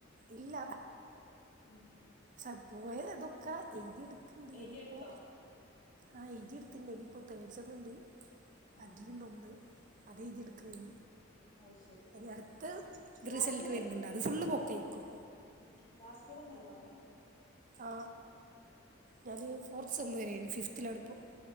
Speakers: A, on the right; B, on the left.
A: ഇല്ല
B: ഉം
A: പെ പോയ ദൊക്കാ എഴുതിയ എടുക്ക ണ്ട്
B: എഴുതിയെടുത്തോ?
A: ഇനിയിപ്പോ ആഹ് എതി എടുത്തണ്ട് ഇനിയിപ്പോ തേർഡ് സമുണ്ട്
B: ആഹ്
A: അഡലിണ്ട
B: ആഹ്
A: ഒന്ന് അത്ഴുതിയ എടുക്കുന്നൽ
B: അയ് അയ് ശരി.
A: എനി അടുത്ത
B: ലാസ്റ്റ്
A: റിസൾട്ട് വരുന്നുണ്ട് അത് ഫുള്ള് പോക്കയിക്കും
B: ഉ ലാസ് ദീവന്നല്ല പറഞ്ഞെ
A: ആ ഞാൻ ഫോർത്ത് സമംരായിരുന്നു ഫിഫ്ത്തിലാണിപ്പോൾ